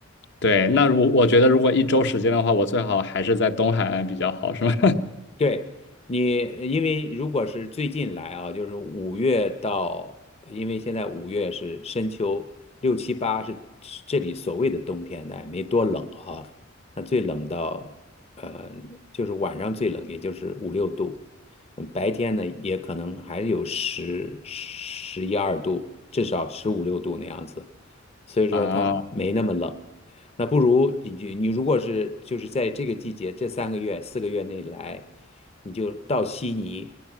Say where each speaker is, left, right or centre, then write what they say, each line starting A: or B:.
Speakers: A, on the left; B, on the left.
A: 对，那如我觉得如果一周时间的话，我最好还是在东海岸比较好，是吗？
B: 对你，因为如果是最近来啊，就是五月到，因为现在五月是深秋，六七八是是这里所谓的冬天，那也没多冷啊。那最冷到，呃，就是晚上最冷，也就是五六度，嗯，白天呢也可能还有十十一二度，至少十五六度那样子。所以说它没那么冷。
A: <laughs> 啊，
B: 那不如你你你如果是就是在这个季节这三个月四个月内来，你就到悉尼，